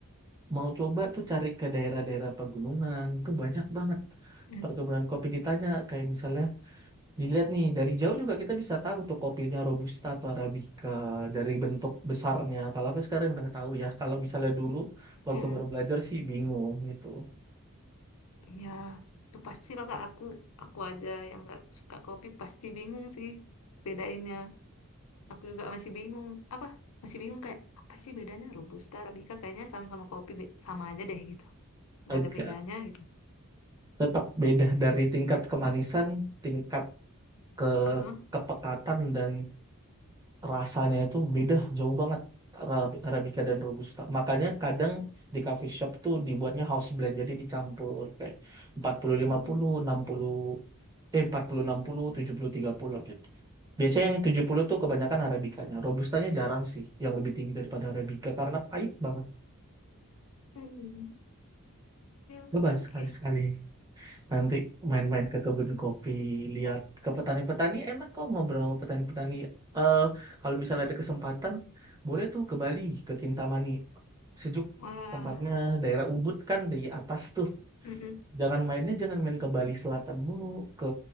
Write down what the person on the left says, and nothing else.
Hmm.
Hmm.
Ya, ya pasti lah Kak. Aku aku aja yang nggak suka kopi pasti bingung sih bedainnya. Aku juga masih bingung. Apa? Masih bingung kayak apa sih bedanya Robusta, Arabica kayaknya sama-sama kopi be- sama aja deh gitu. Nggak
ada bedanya gitu.
Heeh.
Hmm.
Hmm. Oke, oke,
oke.
Wah,
mm-mm,